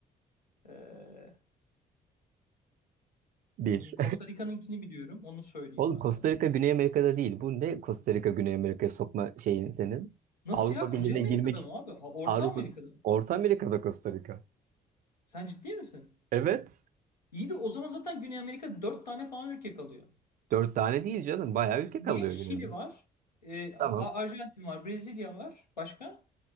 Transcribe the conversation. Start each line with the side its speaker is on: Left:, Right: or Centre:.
Left: Ee,
Right: Bir.
Left: e, Costa Rica'nınkini biliyorum. Onu
Right: <laughs>
Left: söyleyeyim
Right: Oğlum
Left: ben
Right: Costa
Left: sana.
Right: Rica Güney Amerika'da değil. Bu ne Costa Rica Güney Amerika'ya sokma şeyin senin?
Left: Nasıl
Right: Avrupa
Left: ya? Kuzey
Right: Birliği'ne
Left: Amerika'da
Right: girmek ist-
Left: mı abi? Ha, Orta
Right: Avrupa
Left: Amerika'da mı?
Right: Orta Amerika'da Costa Rica.
Left: Sen ciddi misin?
Right: Evet.
Left: İyi de o zaman zaten Güney Amerika'da dört tane falan ülke kalıyor.
Right: Dört tane değil canım. Bayağı ülke
Left: Niye?
Right: kalıyor
Left: Şili
Right: Güney Amerika.
Left: var. e,
Right: Tamam.
Left: A- Arjantin var. Brezilya var. Başka?